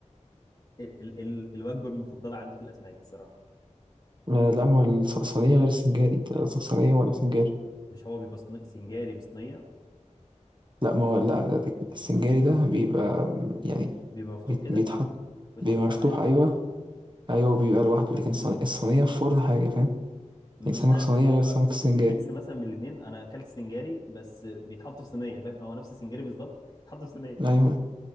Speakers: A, on the left; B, on the right.
A: ال ال ال الوجبه المفضله عندي في الاسماك الصراحه
B: ما- لا ما هو الصينية غير السنجاري أنت قصدك صينية ولا سنجاري
A: مش هو بيبقى صني- سنجاري بصينيه
B: لا ما هو لا لا، السنجاري ده بيبقى يعني
A: بيبقى مفتوح
B: بيت-
A: كده
B: بيتحط
A: بيتحط
B: بيبقى
A: جواه
B: مفتوح
A: حاجات
B: أيوة أيوة بيبقى لوحده لكن الصينية الصينية في فرن حاجة فاهم
A: مش
B: يعني سمك
A: عارف
B: صينية
A: بس هو
B: غير سمك
A: ممكن
B: السنجاري
A: يكون ميكس مثلا من الاثنين انا اكلت سنجاري بس بيتحط في صينيه فاهم هو نفس السنجاري بالظبط بيتحط في صينيه <laughs>
B: أيوة